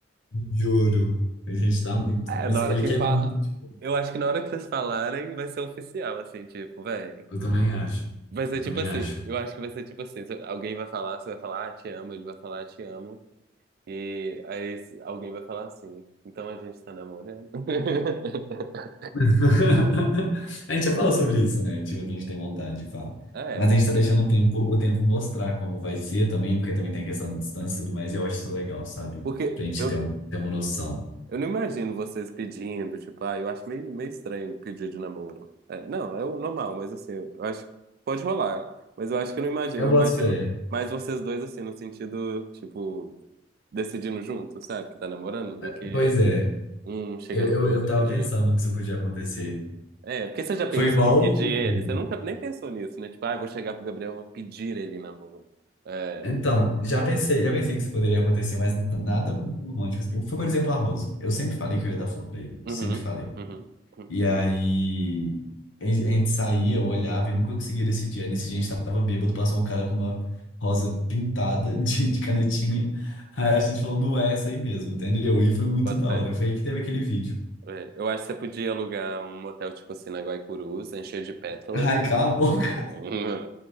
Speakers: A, on the left; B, on the right.
A: Juro. A gente tá muito.
B: É,
A: Mas
B: na hora
A: ele
B: que
A: quer
B: fala.
A: muito, tipo.
B: Eu acho que na hora que vocês falarem, vai ser oficial, assim, tipo, véi.
A: Eu também acho.
B: Vai ser
A: Eu também
B: tipo assim,
A: acho.
B: eu acho que vai ser tipo assim, se alguém vai falar, você vai falar, ah, te amo, ele vai falar, "Ah, te amo, e aí s- alguém vai falar assim, então a gente tá namorando. <laughs>
A: <laughs> A gente já falou sobre isso, né? Tipo, que a gente tem vontade de falar.
B: É,
A: Mas a gente tá deixando o tempo, o tempo mostrar como vai ser também, porque também tem a questão da distância e tudo mais, e eu acho isso legal, sabe?
B: porque
A: Pra gente
B: eu,
A: ter, um, ter uma noção.
B: Eu não imagino vocês pedindo, tipo, ah, eu acho meio, meio estranho pedir de namoro. É, não, é o normal, mas assim, eu acho que pode rolar. Mas eu acho que eu não imagino.
A: Eu
B: Eu
A: boto
B: imagino
A: fé.
B: mais vocês dois, assim, no sentido, tipo, decidindo junto, sabe? Que tá namorando, do
A: É,
B: que
A: Pois é,
B: um chegando
A: eu, eu,
B: pro outro
A: eu tava
B: pedir.
A: pensando que isso podia acontecer.
B: É, porque você já pensou
A: Foi igual.
B: em pedir
A: o-
B: ele? Você nunca nem pensou nisso, né? Tipo, ah, eu vou chegar pro Gabriel, eu vou pedir ele em namoro. É.
A: Então, já pensei, já pensei que isso poderia acontecer, mas nada muito romântico. assim. Foi, por exemplo, a Rosa. Eu sempre falei que eu ia dar flor pra ele.
B: Uhum,
A: Sempre falei.
B: uhum, uhum.
A: E aí a gente a gente saía, eu olhava e nunca conseguia decidir. Aí nesse dia a gente tava bêbado, passou um cara com uma rosa pintada <laughs> de, de canetinha. Aí a gente falou, não é essa aí mesmo, entendeu? E foi muito
B: Bota
A: da
B: fé.
A: hora. Foi aí que teve aquele vídeo.
B: É, eu acho que você podia alugar um motel, tipo assim, na Guaicurus, encher de pétalas.
A: <laughs> Ai, cala a boca.
B: <laughs>